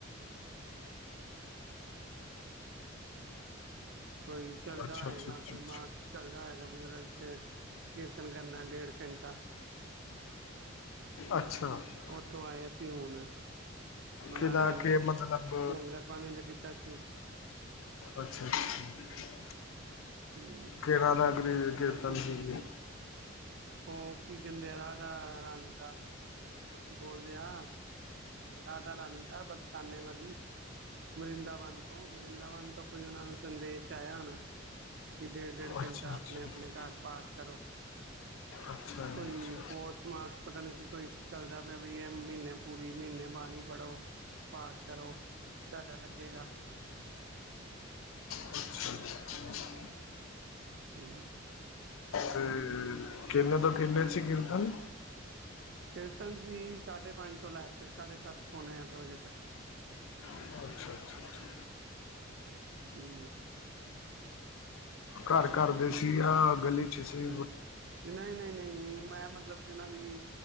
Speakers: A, on the right; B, on the left.
A: ਕੋਈ ਚੱਲਦਾ
B: ਅੱਛਾ
A: ਹੈਗਾ
B: ਅੱਛਾ ਅੱਛਾ
A: ਕੋਈ ਮਾਰਕਸ ਚੱਲਦਾ ਹੋਗਾ ਵੀ ਫਿਰ ਕੀਰਤਨ ਕਰਨਾ ਡੇਢ ਘੰਟਾ
B: ਅੱਛਾ ਅੱਛਾ
A: ਉੱਥੋਂ ਆਏ ਕੀ ਹੁਣ ਉਹਨਾਂ
B: ਕਿਹਦਾ
A: ਨੇ
B: ਕੇ ਮਤਲਬ
A: ਲੰਗਰ ਪਾਣੀ ਦਾ ਕੀਤਾ ਸੀ।
B: ਅੱਛਾ ਅੱਛਾ
A: ਹਮ
B: ਕਿੰਨਾ ਦਾ ਕੀਰਤਨ
A: ਅਸੀਂ
B: ਸੀ।
A: ਉਹ ਕੀ ਕਹਿੰਦੇ ਆ ਰਾਧਾ ਰਾਣੀ ਦਾ ਉਹ ਕੀ ਬੋਲਦੇ ਆ ਰਾਧਾ ਰਾਣੀ ਦਾ ਬਰਸਾਨੇ ਵਾਲੀ ਵਰਿੰਦਾਵਨ ਤੋਂ ਵਰਿੰਦਾਵਨ ਤੋਂ ਕੋਈ ਉਹਨਾਂ ਨੂੰ ਸੰਦੇਸ਼ ਆਇਆ ਹਨਣਾ ਕਿ ਡੇਢ ਡੇਢ
B: ਅੱਛਾ
A: ਘੰਟਾ
B: ਅੱਛਾ
A: ਆਪਣੇ ਆਪਣੇ ਘਰ ਪਾਠ ਕਰੋ।
B: ਅੱਛਾ
A: ਕੋਈ
B: ਜੀ ਅੱਛਾ
A: ਪੋਸਟ ਮਾਰਕ ਪਤਾ ਨੀ ਕੀ ਕੋਈ ਚੱਲਦਾ ਪਿਆ ਵੀ ਇਹ ਮਹੀਨੇ ਪੂਰੀ ਮਹੀਨੇ ਬਾਣੀ ਪੜ੍ਹੋ ਪਾਠ ਕਰੋ ਤੁਹਾਡਾ ਲੱਗੇਗਾ
B: ਅੱਛਾ ਜੀ ਅੱਛਾ।
A: ਹੂੰ
B: ਤੇ ਕਿੰਨੇ ਤੋਂ ਕਿੰਨੇ ਸੀ ਕੀਰਤਨ
A: ਕੀਰਤਨ ਸੀ ਸਾਢੇ ਪੰਜ ਤੋਂ ਲੈ ਕੇ ਸਾਢੇ ਸੱਤ ਪੌਣੇ ਅੱਠ ਵਜੇ ਤੱਕ
B: ਅੱਛਾ ਅੱਛਾ
A: ਹੂੰ
B: ਘਰ ਘਰਦੇ ਸੀ ਜਾਂ ਗਲੀ ਚ'ਸੀ
A: ਨਹੀਂ ਨਹੀਂ ਨਹੀਂ ਮੈਂ ਮਤਲਬ ਉਹਨਾਂ ਦੀ